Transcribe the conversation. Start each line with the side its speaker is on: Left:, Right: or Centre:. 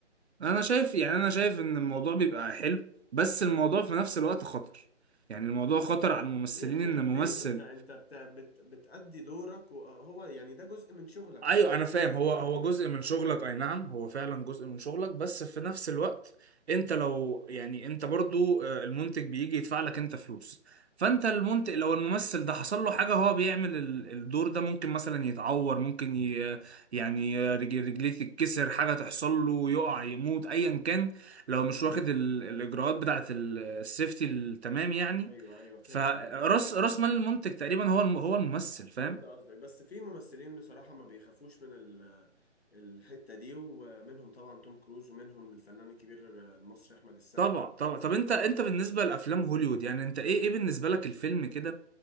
Right: انا شايف يعني انا شايف ان الموضوع بيبقى حلو بس الموضوع في نفس الوقت خطر يعني الموضوع خطر على الممثلين
Left: ليه خطر
Right: ان ممثل
Left: ليه ما انت انت بت بت بتأدي دورك وهو يعني ده جزء من شغلك
Right: ايوه
Left: فانت بتأدي
Right: انا فاهم هو
Left: شغلك
Right: هو
Left: كله
Right: جزء من شغلك اي نعم هو فعلا جزء من شغلك بس في نفس الوقت انت لو يعني انت برضو آه، المنتج بيجي يدفع لك انت فلوس فانت المنتج لو الممثل ده حصل له حاجه هو بيعمل ال- الدور ده ممكن مثلا يتعور ممكن ي يعني رج- رجليه تتكسر حاجه تحصل له يقع يموت ايا كان لو مش واخد ال- الاجراءات بتاعه ال- السيفتي التمام يعني
Left: ايوه ايوه فهمت
Right: فراس
Left: قصدي فهمت
Right: راس مال المنتج تقريبا هو الم- هو الممثل فاهم؟
Left: فهمت قصدك بس في ممثلين بصراحة ما بيخافوش من ال- الحتة دي ومنهم طبعا توم كروز ومنهم الفنان الكبير المصري أحمد السقا
Right: طبعا طبعا طب انت انت بالنسبه لافلام هوليوود يعني انت ايه ايه بالنسبه لك الفيلم كده